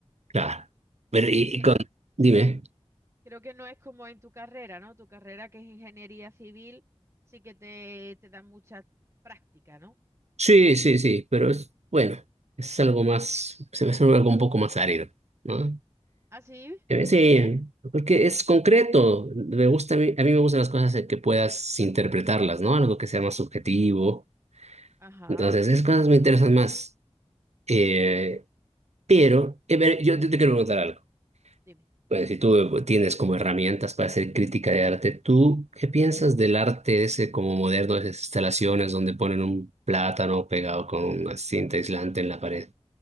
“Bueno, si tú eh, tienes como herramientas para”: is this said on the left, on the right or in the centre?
Right